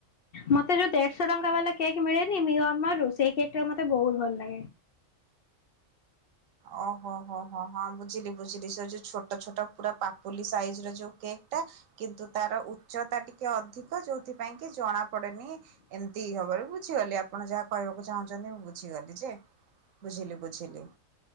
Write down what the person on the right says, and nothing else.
ଓହୋ ହୋ ହୋ ହଁ ବୁଝିଲି ବୁଝିଲି ସେ ଯୋଉ ଛୋଟ ଛୋଟ ପୁରା ପାପୁଲି ସାଇଜ ର ଯୋଉ କେକ୍ ଟା କିନ୍ତୁ ତାର ଉଚ୍ଚତା ଟିକେ ଅଧିକ ଯୋଉଥିପାଇଁ କି ଜଣା ପଡେନି ଏମିତି ହବନ ବୁଝିଗଲି ଆପଣ ଯାହା କହିବାକୁ ଚାହୁଁଛନ୍ତି ମୁଁ ବୁଝିଗଲି ଯେ ବୁଝିଲି ବୁଝିଲି।